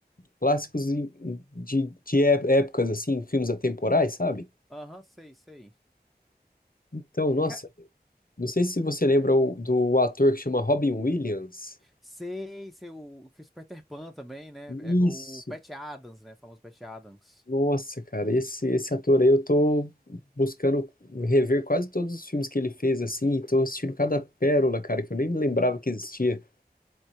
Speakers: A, on the left; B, in the centre.
A: clássicos e- e de, de é- épocas, assim, filmes atemporais, sabe?
B: Aham, sei, sei.
A: Então, nossa,
B: Ca-
A: não sei se você lembra o- do ator que chama Robin Williams.
B: Sei, sei, o que fez Peter Pan também, né?
A: Isso,
B: É, O Pat Adams, né? O famoso Pat Adams.
A: Nossa, cara, esse, esse ator aí eu tô buscando rever quase todos os filmes que ele fez, assim, e tô assistindo cada pérola, cara, que eu nem me lembrava que existia.